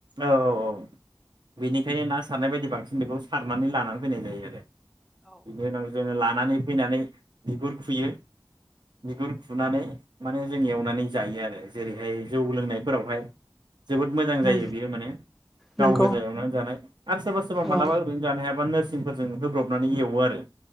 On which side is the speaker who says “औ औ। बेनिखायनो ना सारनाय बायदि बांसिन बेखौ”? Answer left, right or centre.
Right